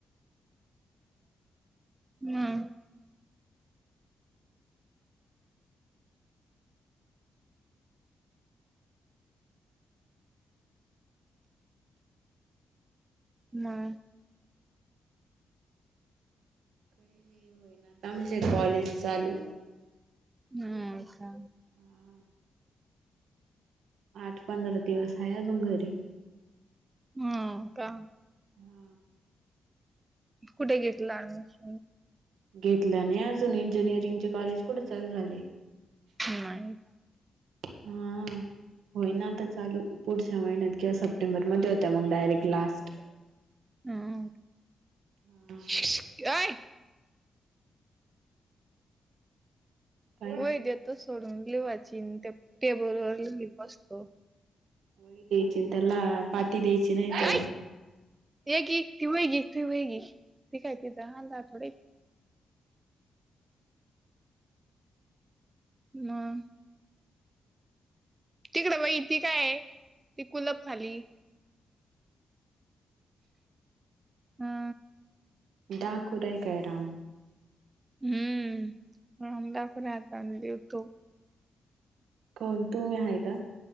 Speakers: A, on the right; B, on the right.
A: हम्म म
B: काही नाही होईना आता आमचे कॉलेज चालू
A: हम्म का
B: हा आठ पंधरा दिवस आहे अजून घरी
A: हो का
B: हा
A: कुठे घेतला अ‍ॅडमिशन
B: घेतल्याने अजून इंजिनिअरिंग चे कॉलेज कुठे चालू झाले
A: नाही
B: हा होईन आता चालू चालू पुढच्या महिन्यात किंवा सप्टेंबरमध्ये होत्या मग डायरेक्ट लास्ट.
A: हम्म.
B: हं
A: शिक अय
B: काय
A: वही देतो सोडून लिवाची त्या टेबल वर लिवित बसतो.
B: वळी द्यायची ना त्याला पाटी द्यायची नाही तर.
A: ऐ ये की ती वही घी वही घी ती काय तिथ अंधार थोडं हे. म तिकडं वही ती काय आहे ती कुलप खाली. हा
B: डाकुरा हे काय राम.
A: हम्म राम डाकुऱ्या हातानं लिहतो.
B: कोण तुम्ही हाय का